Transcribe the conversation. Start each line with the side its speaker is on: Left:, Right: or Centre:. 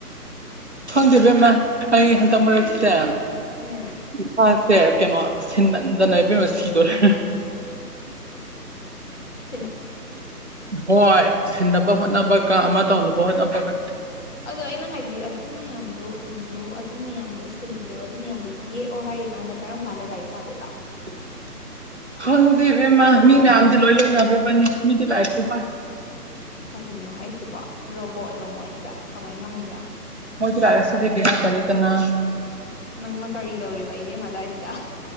Right: ꯈꯪꯗꯦꯕꯦꯝꯃ ꯑꯩ ꯍꯟꯇꯛ ꯃꯔꯛꯁꯦ
Left: ꯎꯝ
Right: ꯈꯨꯐ ꯁꯦ ꯀꯩꯅꯣ ꯁꯤꯟꯃꯟꯗꯅ ꯏꯕꯦꯝꯃ ꯁꯤꯗꯣꯔꯦ꯫
Left: ꯁꯤꯅꯥ
Right: ꯍꯣꯏ ꯁꯤꯟꯅꯕ ꯍꯣꯠꯅꯕꯒ ꯑꯃ ꯇꯧꯅꯕ ꯍꯣꯠꯅꯕꯒ
Left: ꯑꯗꯣ ꯑꯩꯅ ꯍꯥꯏꯗꯤ ꯑꯗꯨ ꯃꯌꯥꯝꯗꯣ ꯏꯌꯣ ꯑꯗꯨ ꯃꯌꯥꯝꯗꯣ ꯁꯤꯜꯂꯣ ꯑꯗꯨ ꯃꯌꯥꯝꯗꯣ ꯌꯦꯛꯑꯣ ꯍꯥꯏꯔꯤꯀꯥꯟꯗ ꯀꯔꯝ ꯀꯥꯟꯗ ꯂꯥꯏꯔꯤꯛ ꯄꯥꯗꯣꯏꯕ
Right: <inaudible> ꯈꯪꯗꯦꯕꯦꯝꯃ ꯃꯤ ꯃꯌꯥꯝꯗꯤ ꯂꯣꯏ ꯂꯣꯏꯅꯒ꯭ꯔꯕꯅꯤ ꯃꯤꯗꯤ ꯂꯥꯏꯔꯤꯛꯁꯨ ꯄꯥꯏ
Left: ꯀꯔꯤꯅꯣ ꯍꯥꯏꯁꯤꯕꯣ ꯔꯣꯕꯣꯠꯔꯣ ꯃꯣꯏꯁꯦ ꯀꯃꯥꯏ ꯉꯝꯃꯤꯕ
Right: ꯃꯣꯏꯗꯤ ꯂꯥꯏꯔꯤꯛ ꯂꯥꯏꯁꯨ ꯍꯩꯕꯤ ꯉꯥꯛꯇꯅꯤꯗꯅ
Left: ꯅꯪꯅ ꯀꯔꯤꯗꯧꯔꯤꯕ ꯏꯕꯦꯝꯃ ꯑꯗꯨꯋꯥꯏꯗꯨꯗ